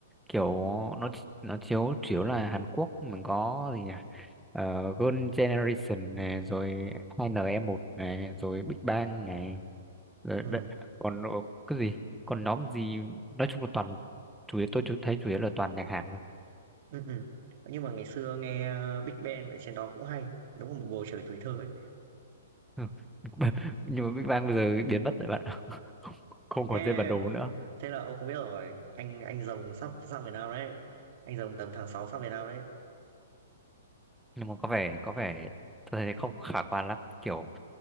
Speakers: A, in the centre; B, on the right.
A: kiểu nó nó chiếu chủ yếu là Hàn Quốc mình có gì nhỉ uh, Girl Generation này rồi 2NE1 này rồi Big Bang này rồi
B: Ừ.
A: đ- còn nó- cái gì còn nhóm gì nói chung là toàn chủ yếu tôi chú- thấy chủ yếu là toàn nhạc Hàn thôi
B: Ừm, ừm. Nhưng mà ngày xưa nghe, ơ, Big Bang ở trên đó cũng hay, đúng là một bầu trời tuổi thơ ấy.
A: Ừ. <laughs> nhưng mà Big Bang bây giờ biến mất rồi bạn ạ. <laughs> không
B: Ê,
A: còn trên bản đồ nữa
B: thế là ông không biết rồi, anh anh Rồng sắp sang Việt Nam đấy, anh Rồng tầm tháng sáu sang Việt Nam đấy.
A: nhưng mà có vẻ có vẻ tôi thấy không khả quan lắm kiểu